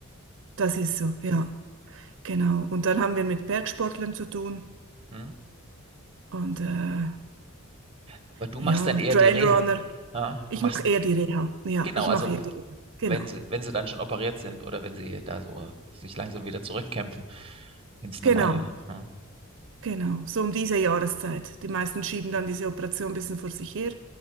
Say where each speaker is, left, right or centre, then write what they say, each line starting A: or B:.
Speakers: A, on the right; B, on the right.
A: das ist so, ja. Genau. Und dann haben wir mit Bergsportlern zu tun.
B: Hm?
A: Und äh,
B: Aber du
A: ja,
B: machst dann eher
A: Trailrunner.
B: die Reha. Ja?
A: Ich
B: Du machst,
A: mache eher die Reha. Ja,
B: genau,
A: ich
B: also
A: mache eher die Reha. Genau.
B: wenn sie, wenn sie dann schon operiert sind oder wenn sie da so sich langsam wieder zurückkämpfen ins
A: Genau.
B: normale Leben. Ja?
A: Genau, so um diese Jahreszeit. Die meisten schieben dann diese Operation ein bisschen vor sich her,